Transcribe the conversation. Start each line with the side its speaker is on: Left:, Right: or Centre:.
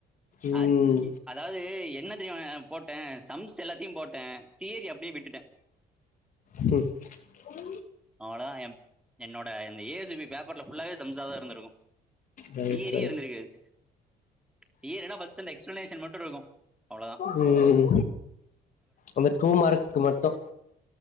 Left: ம்
Centre: அ இ அதாவது என்ன தெரியுமா போட் டேன் சம்ஸ் எல்லாத்தையும் போட்டேன் தீயரி அப்டியே விட்டுட்டேன்
Left: ம்
Centre: அவ்ளோதான் என் என்னோட இந்த ஏ சி பி பேப்பர்ல ஃபுல்லாவே சம்சாதான் இருந்திருக்கும்
Left: ரைட்
Centre: தீயரியே இருந்திருக்காது தியரினா ஃபர்ஸ்ட் அந்த எக்ஸ்பிளனேஷன் மட்டும் இருக்கும் அவ்வளோதான்
Left: உம் அந்த டூ மார்க் மட்டும்